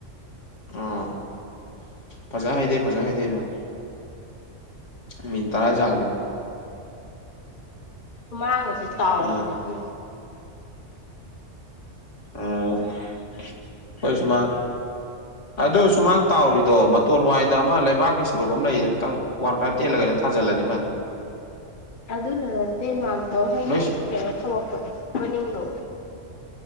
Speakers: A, on the left; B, on the left.
A: ꯑꯥ ꯐꯖ ꯍꯩꯗꯩ ꯐꯖ ꯍꯩꯗꯧ ꯅꯣꯡ ꯃꯤꯅꯠ ꯇꯔꯥ ꯆꯥꯡꯖꯦ
B: ꯁꯨꯃꯥꯡꯒꯖꯦ ꯇꯥꯎꯔꯤꯕꯅꯦ
A: ꯑꯥ
B: ꯑꯩꯈꯣꯏꯗꯤ
A: ꯑꯣ ꯑꯩꯈꫭꯏ ꯁꯨꯃꯡ ꯑꯗꯨ ꯁꯨꯃꯥꯡ ꯇꯥꯎꯔꯤꯗꯣ ꯃꯇꯣꯟ ꯋꯥꯏꯗ ꯑꯃ ꯂꯩꯕꯥꯛꯀꯤ ꯁꯔꯨꯛ ꯑꯃ ꯂꯩꯔꯤꯗꯨꯝꯇꯪ ꯋꯥꯟ ꯐꯥꯏꯚ ꯇꯦꯜꯂ ꯀꯩꯅꯣ ꯊꯥꯖꯜꯂꯗꯤ
B: ꯑꯗꯨꯗꯥ ꯅꯠꯇꯦ ꯃꯥꯝꯇꯣꯜ ꯍꯣꯏꯒꯤ
A: ꯅꯣꯏ
B: ꯀꯩꯅꯣ ꯊꯪꯃꯛꯄꯗꯣ ꯃꯅꯤꯡꯗꯣ